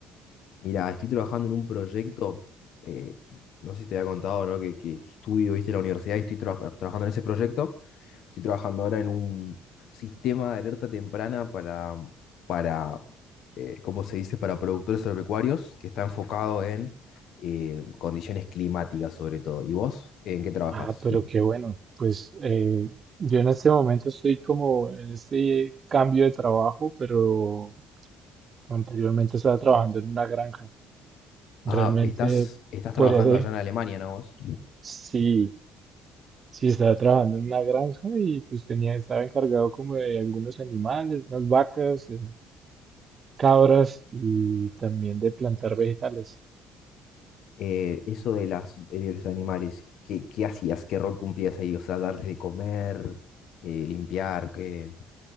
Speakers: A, on the left (about 60°); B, on the right (about 45°).
A: Mira, estoy trabajando en un proyecto, eh, no sé si te había contado, ¿no? Que, que- que estudio, viste, en la universidad y estoy tra- trabajando en ese proyecto. Estoy trabajando ahora en un sistema de alerta temprana para, para eh, ¿cómo se dice? Para productores agropecuarios que está enfocado en eh, condiciones climáticas sobre todo. ¿Y vos en qué trabajas?
B: Ah, pero qué bueno. Pues eh, yo en este momento estoy como en este cambio de trabajo, pero anteriormente estaba trabajando en una granja. Realmente,
A: Ajá, estás, estás
B: podría
A: trabajando
B: ser,
A: allá en Alemania, ¿no vos?
B: sí, sí estaba trabajando en una granja y pues tenía, estaba encargado como de algunos animales, unas vacas, eh, cabras y también de plantar vegetales.
A: Eh, eso de las, de los animales, ¿qué, qué hacías? ¿Qué rol cumplías ahí? O sea, darles de comer, eh, limpiar, qué...